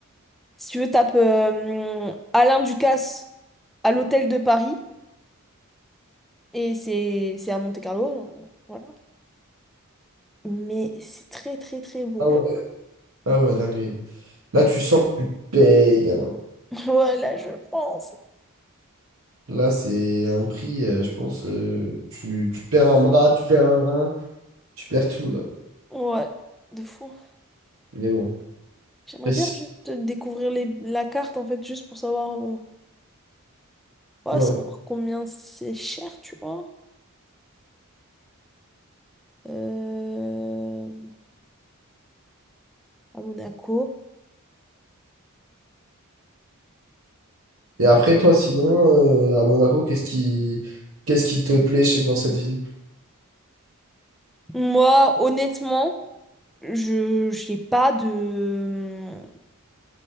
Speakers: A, in the centre; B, on the right.
A: Si tu veux, tape euh, Alain Ducasse à l'hôtel de Paris. Et c'est c'est à Monte-Carlo, voilà. Mais c'est très très très beau.
B: Ah ouais, ah ouais, la dinguerie. Là,
A: Ouais.
B: tu sens que tu payes. hein.
A: <laughs> Voilà, je pense.
B: Là, c'est un prix, euh, je pense. euh, tu, tu perds un bras, tu perds un rein, tu perds tout, là.
A: Ouais, de fou.
B: Mais bon.
A: J'aimerais
B: Après, si-
A: bien juste découvrir les, la carte en fait, juste pour savoir, euh, ouais,
B: ouais.
A: savoir combien c'est cher, tu vois. Euh, à Monaco.
B: Et après, toi, sinon, euh, à Monaco, qu'est-ce qui, qu'est-ce qui te plaît chez- dans cette ville?
A: Moi, honnêtement, je j'ai pas de.